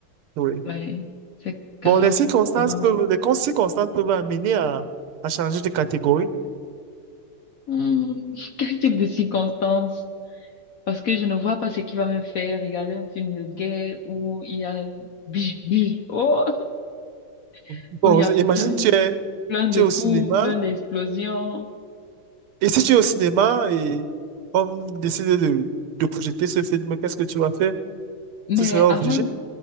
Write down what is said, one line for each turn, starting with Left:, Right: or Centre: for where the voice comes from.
Right: Oui.
Left: Ouais. C'est carrément
Right: Bon, les circonstances
Left: différent.
Right: peuvent, les con- circonstances peuvent amener à, à changer de catégorie.
Left: Hmm, Quel type de circonstances? Parce que je ne vois pas ce qui va me faire regarder un film de guerre où il y a <laughs> biche, biche, oh, <laughs>
Right: Bon,
Left: où il y a plein,
Right: imagine tu es,
Left: plein de
Right: tu es
Left: coups,
Right: au cinéma,
Left: plein d'explosions.
Right: et si tu es au cinéma et on décide de, de projeter ce film, qu'est-ce que tu vas faire?
Left: Mais
Right: Tu seras
Left: avant,
Right: obligé.